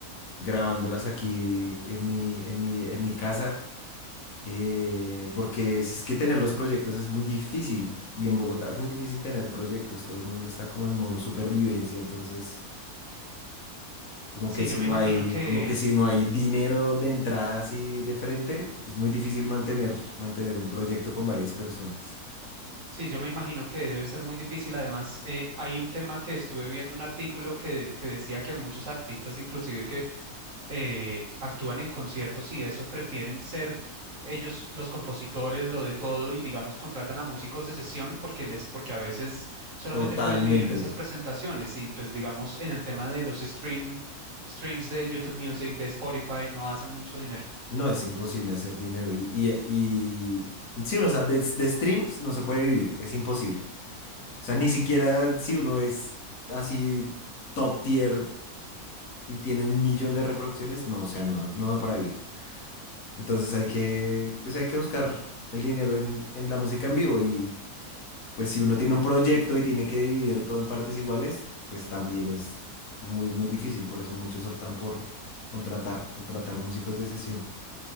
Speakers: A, on the left; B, on the right.
A: grabándolas aquí en mi, en mi, en mi casa, eh, porque es es que tener los proyectos es muy difícil y en Bogotá es muy difícil tener proyectos, todo el mundo está como en modo supervivencia, entonces como
B: Sí,
A: que si
B: yo me
A: no
B: imagino
A: hay,
B: que,
A: como que si no hay dinero de entrada así de frente, es muy difícil mantener, mantener un proyecto con varias personas.
B: sí, yo me imagino que debe ser muy difícil. Además, eh, hay un tema que estuve viendo un artículo que, que decía que muchos artistas, inclusive que eh, actúan en conciertos y eso, prefieren ser ellos los compositores, lo de todo, y digamos, contratan a músicos de sesión porque les, porque a veces solamente
A: Totalmente.
B: pueden vivir de esas presentaciones. Y pues digamos, en el tema de los stream, streams de YouTube Music, de Spotify, no hacen mucho dinero.
A: No, es imposible hacer dinero. Y, y, y- sí, o sea, de, de streams no se puede vivir, es imposible. O sea, ni siquiera si uno es así top tier y tiene un millón de reproducciones, no, o sea, no da, no da para vivir. Entonces hay que, pues hay que buscar el dinero en, en la música en vivo. Y pues si uno tiene un proyecto y tiene que dividir todo en partes iguales, pues también es muy, muy difícil. Por eso muchos optan por contratar, contratar músicos de sesión